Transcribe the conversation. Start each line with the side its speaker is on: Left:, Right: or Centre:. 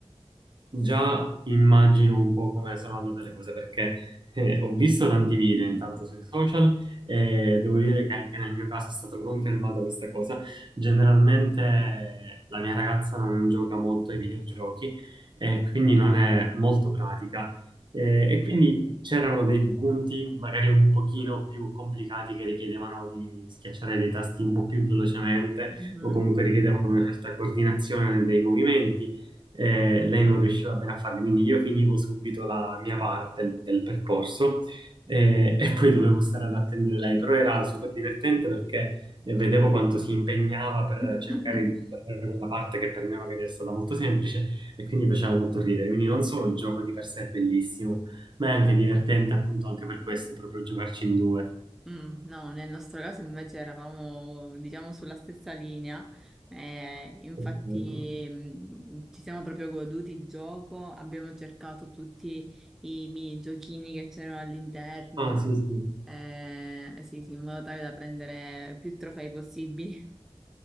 Right: Già immagino un po' come sono andate le cose perché eh, ho visto tanti video
Centre: <laughs>
Right: intanto sui social e devo dire che anche nel mio caso è stata confermata questa cosa. Generalmente eh, la mia ragazza non gioca molto ai videogiochi e quindi non è molto pratica Eh, e quindi c'erano dei punti magari un pochino più complicati che richiedevano di schiacciare dei tasti un po' più velocemente
Centre: Mhm.
Right: o comunque richiedevano una certa coordinazione dei movimenti eh, lei non riusciva bene a farle, quindi io finivo subito la mia parte del, del percorso eh, e poi dovevo stare ad attendere lei, però era super divertente perché eh, vedevo quanto si impegnava per
Centre: <laughs>
Right: cercare di superare quella parte che per me magari era stata molto semplice e quindi faceva molto ridere, quindi non solo il gioco di per sé è bellissimo, ma è anche divertente appunto anche per questo, proprio giocarci in due.
Centre: Mm, no, nel nostro caso invece eravamo, diciamo, sulla stessa linea. Eh, infatti,
Right: Ok.
Centre: mm, ci siamo proprio goduti il gioco, abbiamo cercato tutti i mini giochini che c'erano all'interno,
Right: Ah, sì, sì.
Centre: eh, eh, sì, sì, in modo tale da prendere più trofei possibili. <laughs>